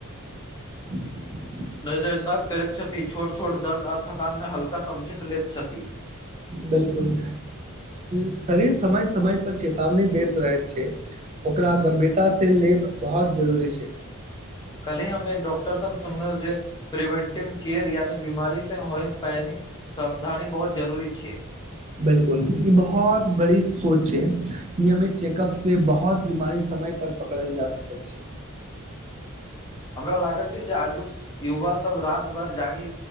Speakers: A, on the right; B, on the left.
A: <inaudible>
B: नजर अन्दाज करैत छथि छोट छोट दर्द आ थकानमे हल्का समझि लैत छथि
A: बिल्कूल शरीर समय समय पर चेतावनी दैत रह छै ओकरा गम्भीरतासँ लेब बहुत जरूरी छै
B: कली हम एक डाक्टर सुनले जे प्रिवेंटिव केयर यानि बीमारी से होई पैनी समावधानी बहुत जरूरी छै।
A: बिल्कूल ई बहुत बड़ी सोच है नियमित चेकअप से बहुत बीमारी समय पर पकड़ल जा सकै छै।
B: हमरा लागत छै जे आजुक युवा सभ रति भर जागे